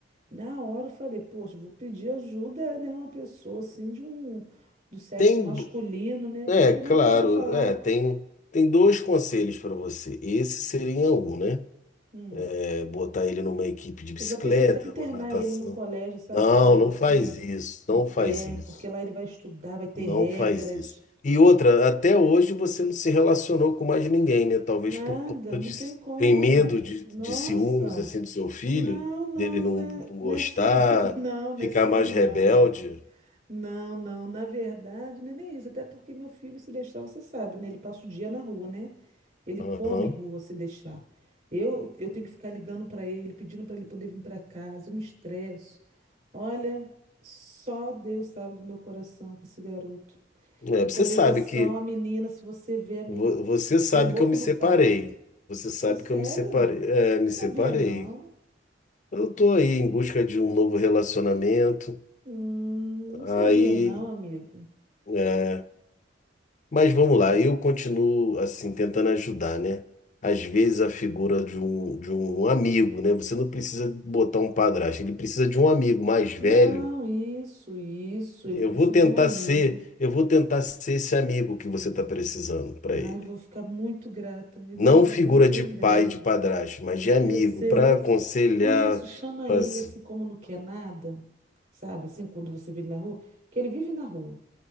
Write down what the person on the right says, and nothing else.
Na hora eu falei, poxa, eu vou pedir ajuda, né? Uma pessoa, assim, de um... do sexo
masculino, né? Porque
não adianta eu falar.
hum,
Eu já pensei até em internar
ele num colégio, sabe?
Um colégio
assim,
interno,
porque lá ele vai estudar, vai ter
regras.
Nada,
não
tem como.
Nossa,
não, não,
né?
Nesse,
<laughs> não, nesse
homem,
não, amiga. Não, não, na verdade, não é nem isso, até porque meu filho, se deixar, você sabe, né? Ele passa o dia na rua, né? Ele
come rua se deixar. Eu, eu tenho que ficar ligando para ele, pedindo para ele poder vir para casa, eu me estresso. Olha, só Deus sabe do meu coração com esse garoto.
Em
compensação,
a menina, se você vê, amigo,
tem boca
e não
fala.
É sério?
Não
sabia
não.
Hum, não sabia
não, amigo.
Não, isso, isso.
Ele precisa
de um amigo.
Ai,
vou ficar muito grata, amigo.
Olha, você
não tem
ideia.
Eu sei,
eu
sei. Isso, chama
ele assim como não quer nada, sabe? Assim, quando você vê ele na rua, que ele vive na rua.